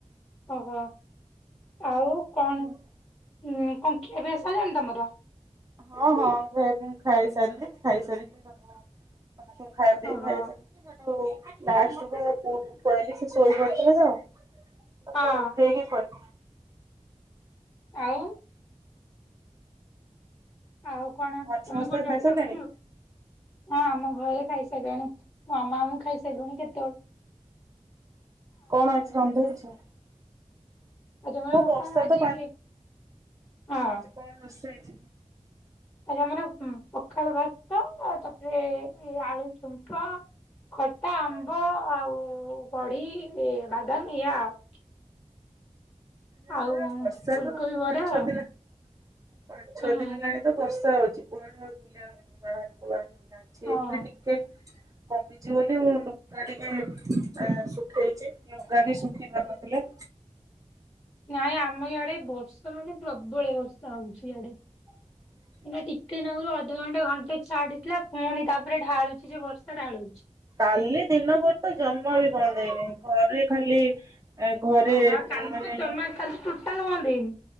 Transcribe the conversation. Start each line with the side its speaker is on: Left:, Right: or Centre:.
Left: ଓହୋ ଆଉ କଣ
Right: <unintelligible>
Left: ଉଁ କଣ ଖିଆ ପିଆ ସରିଲାଣି ତମର?
Right: ହଁ ହଁ ଘ ମୁଁ ଖାଇସାରିଲି ଖାଇସାରିଲି <unintelligible> ସମସ୍ତଙ୍କୁ ଖାଇ ଦେଇିସାରିଲି।
Left: ଓହୋ
Right: ଲାଷ୍ଟକୁ ମୋ ପୁଅକୁ ଖୁଆଇଲି ସେ ଶୋଇପଡ଼ି ଥିଲା ତ। <unintelligible>
Left: ହଁ ଆଉ ଆଉ କଣ?
Right: ଘରେ ସମସ୍ତେ
Left: ତମେ କୋଉଠି
Right: ଖାଇସାରିଲେଣି?
Left: ଯାଇଥିଲ ବୁଲି? ହଁ ଆମ ଘରେ ଖାଇସାରିଲେଣି ମାମା ମୁଁ ଖାଇସାରିଲୁଣି କେତେବେଳେ।
Right: କଣ ଅଛି ରନ୍ଧେଉଛ?
Left: ଆ ଆଜି ଆମର
Right: ବର୍ଷା
Left: କଣ ଆଜି
Right: ତ ପା
Left: ହଁ।
Right: ଆଜି କଣ ରୋଷେଇ?
Left: ଆଜି ଆମର ପଖାଳ ଭାତ ତାପରେ ଆଳୁ ଠୁମ୍ପ। ଖଟା ଆମ୍ବ
Right: ହଁ
Left: ଆଉ ବଢ଼ି ବାଦାମ ଏୟା ଆଉ।
Right: ହଁ
Left: ଆଉ ଆଉ
Right: ବର୍ଷା
Left: ଫୁଲକୋବି
Right: ତ
Left: ବରା
Right: ପାଞ୍ଚ ଛଅ
Left: ଆଉ
Right: ଦିନ ପାଞ୍ଚଛଅ
Left: ହୁଁ
Right: ଦିନ ହେଲାଣି ତ ବର୍ଷା ହଉଛି କୁଆଡେ ଆଉ ବୁଲିବାକୁ ଯିବୁ ବାହାରିବୁ ବାହାରକୁ
Left: ହଁ
Right: ଏବେ ଟିକେ ଟିକେ କମିଛି ବୋଲି ମୁଁ ଲୁଗା ଟିକେ ସୁଖେଇଛି। ଲୁଗା ବି ଶୁଖିିପାରୁ ନଥିଲା।
Left: ନାଇଁ ଆମ ଇଆଡେ ବର୍ଷା ମାନେ ପ୍ରବଳ ବର୍ଷା ହଉଛି ଇଆଡେ।
Right: ହଁ
Left: ନା ଟିକେ ନା କୁରୁ ଅଧଘଣ୍ଟେ ଘଣ୍ଟେ ଛାଡିଥିଲା ପୁଣି ତାପରେ ଢାଳୁଛି ଯେ ବର୍ଷା ଢାଳୁଛି।
Right: କାଲି ଦିନବେଳେ ତ ଜମା ବି ବନ୍ଦ ଦେଇନି ଘରେ ଖାଲି ଘରେ
Left: ଆଉ ବା କାଲି
Right: ମାନେ
Left: ତ କାଲି ଟାଲ ବନ୍ଦ ହେଇନି